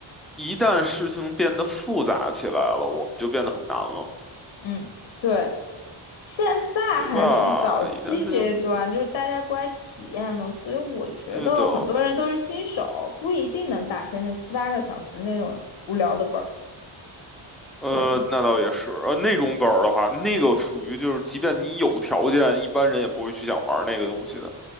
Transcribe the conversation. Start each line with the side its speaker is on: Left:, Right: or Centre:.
Centre: 一旦事情变得复杂起来了，我们就变得很难了，
Left: 嗯。对，现在还是早期阶段，
Centre: 对吧？一旦事情不
Left: 就是大家过来体验的，所以我觉得很多人都是新手，
Centre: 对的，
Left: 不一定能打现在七八个小时那种无聊的本儿。
Centre: 呃，
Left: 对
Centre: 那倒也是，呃，那种本儿的话，那个属于就是，即便你有条件，一般人也不会去想玩那个东西的。